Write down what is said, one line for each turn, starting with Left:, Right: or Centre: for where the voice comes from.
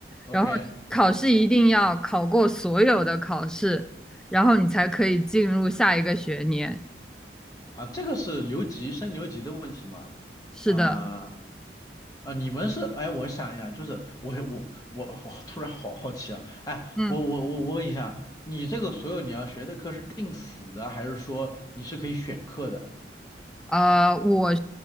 Left: OK
Centre: 然后考试一定要考过所有的考试，然后你才可以进入下一个学年。
Left: 啊，这个是留级升留级的问题嘛？
Centre: 是的，
Left: 啊、啊，你们是哎，我想一想，就是我我我我突然好好奇啊！哎，
Centre: 嗯。
Left: 我我我我问一下，你这个所有你要学的课是定死的，还是说你是可以选课的？
Centre: 呃，我